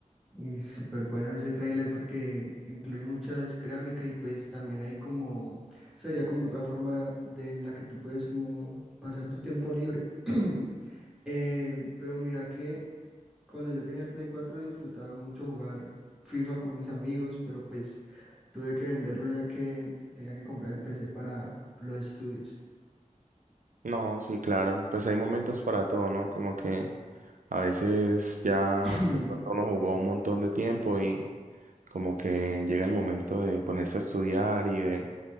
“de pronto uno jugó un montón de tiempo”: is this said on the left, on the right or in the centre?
Right